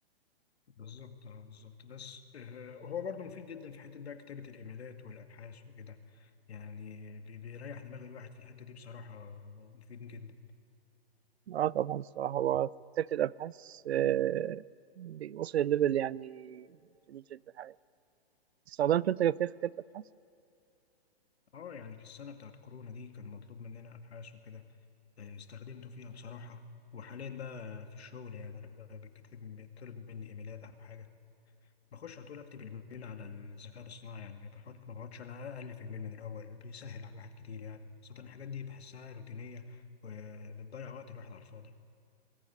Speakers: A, on the left; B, on the right.
A: بالظبط اه بالظبط بس آه، هو برضه مفيد جدا في حتة بقى كتابة الإيميلات والأبحاث وكده يعني بي- بيريح دماغ الواحد في الحتة دي بصراحة آه، مفيد جدا
B: اه طبعا الصراحة هو في كتابة الأبحاث آه، بيوصل الليفل يعني جميل جدا حقيقي استخدمت أنت جافية في كتابة الأبحاث؟
A: اه يعني في السنة بتاعت كورونا دي كان مطلوب مننا أبحاث وكده آه، استخدمته فيها بصراحة وحاليا بقى في الشغل يعني لما بيتكتب بيطلب مني إيميلات أو حاجة بخش على طول أكتب الإيميل على الذكاء الاصطناعي يعني ما بحط ما بقعدش أنا ألف الإيميل من الأول بيسهل على الواحد كتير يعني خاصة الحاجات دي بحسها روتينية وبتضيع وقت الواحد على الفاضي